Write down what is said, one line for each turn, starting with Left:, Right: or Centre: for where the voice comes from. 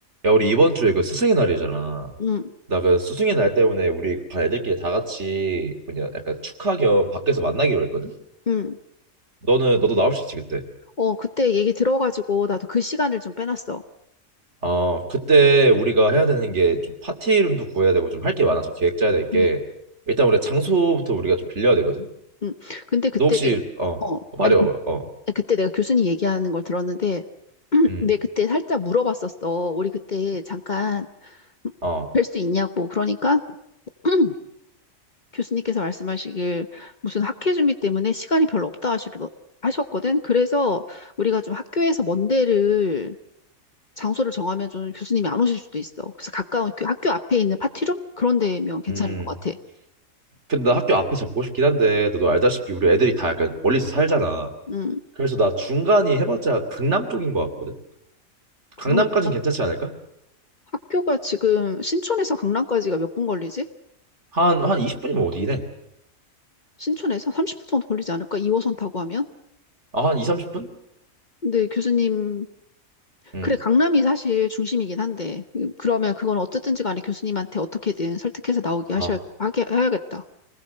Right: 야, 우리 이번 주에 그 스승의 날이잖아.
Left: 응
Right: 나 그 스승의 날 때문에 우리 반 애들끼리 다 같이 뭐냐 약간 축하 겸 밖에서 만나기로 했거든.
Left: 응
Right: 너는 너도 나올 수 있지 그때.
Left: 어, 그때 얘기 들어가지고 나도 그 시간을 좀 빼놨어.
Right: 어 그때 우리가 해야 되는 게 좀 파티 이름도 구해야 되고 좀 할 게 많아. 좀 계획 짜야 될 게.
Left: 응
Right: 일단 우리 가 장소부터 우리가 좀 빌려야 되거든.
Left: 응 근데 그때,
Right: 너 혹시
Left: 내가-
Right: 어
Left: 어,
Right: 말해봐봐.
Left: 아니, 그-
Right: 어
Left: 그때 내가 교수님 얘기하는 걸 들었는데, <clears throat>
Right: 음.
Left: 근데 그때 살짝 물어봤었어. 우리 그때 잠깐
Right: 어
Left: 뵐 수 있냐고. 그러니까 <clears throat> 교수님께서 말씀하시길 무슨 학회 준비 때문에 시간이 별로 없다 하시, 하셨거든. 그래서 우리가 좀 학교에서 먼 데를 장소를 정하면 좀 교수님이 안 오실 수도 있어. 그래서 가까운 그 학교 앞에 있는 파티룸? 그런 데면 괜찮을
Right: 음.
Left: 것 같아.
Right: 근데 나 학교 앞에 잡고 싶긴 한데 너도 알다시피 우리 애들이 다 약간 멀리서 살잖아.
Left: 음,
Right: 그래서 나 중간이 해봤자 강남 쪽인 것 같거든.
Left: 그런
Right: 강남까진
Left: 거다.
Right: 괜찮지 않을까?
Left: 학교가 지금 신촌에서 강남까지가 몇 분 걸리지?
Right: 한, 한 20분이면 어디래?
Left: 신촌에서 30분 정도 걸리지 않을까? 2호선 타고 하면?
Right: 아, 한 2, 30분?
Left: 근데 교수님,
Right: 응.
Left: 그래, 강남이 사실 중심이긴 한데, 음, 그러면 그건 어쨌든지 간에 교수님한테 어떻게든 설득해서 나오게 하셔야,
Right: 아
Left: 하게, 해야겠다.